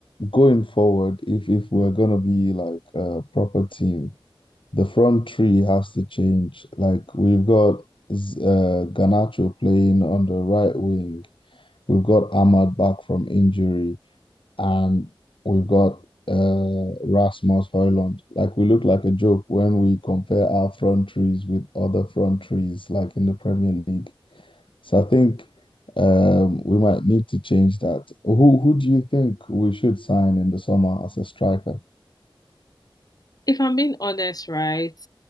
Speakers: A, on the left (about 65°); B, on the left (about 45°).
A: going forward, if if we're gonna be like a proper team, the front three has to change. Like we've got Z- uh Garnacho playing on the right wing, we've got Ahmad back from injury, and we've got uh Rasmus Højlund. Like we look like a joke when we compare our front threes with other front threes like in the Premier League. So I think um, we might need to change that. Who who do you think we should sign in the summer as a striker?
B: If I'm being honest, right,